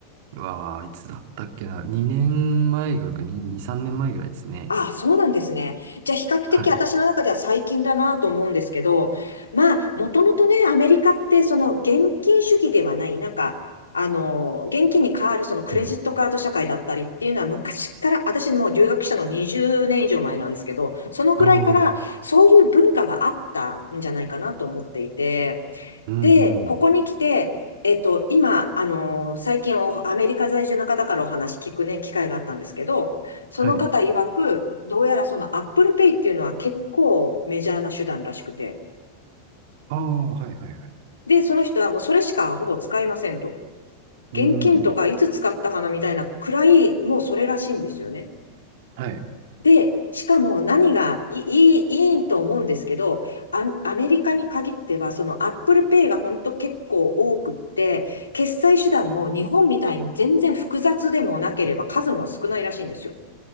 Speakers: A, on the right (about 50°); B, on the left (about 75°).
A: うわあ、いつだったっけな。2年前ぐらいか、2、2、3年前ぐらいですね。
B: ああ、そうなんですね。じゃあ、比較的私の中では最近だなと思うんですけど、
A: はい。
B: まあ、もともとね、アメリカって、その現金主義ではない、なんか、あの、現金に代わるそのクレジットカード社会だったりっていうのは昔から、
A: うん。
B: 私もう留学したの20年以上前なんですけど、そのぐらいからそういう文化があったんじゃないかなと思っていて、
A: おー、うーん。
B: で、ここに来て、えっと、今、あのー最近おアメリカ在住の方からお話聞くね、機会があったんですけど、その方曰く、
A: はい。
B: どうやらその Apple Pay っていうのは結構メジャーな手段らしくて、
A: ああ、はいはいはい。
B: で、その人はもうそれしかほぼ使いませんと。
A: うーん。
B: 現金とかいつ使ったかなみたいなくらい、もうそれらしいんですよね。
A: はい。
B: で、しかも何がいい、いいいいと思うんですけど、ア、アメリカに限っては、その Apple Pay が本当結構多くって、決済手段も日本みたいに全然複雑でもなければ数も少ないらしいんですよ。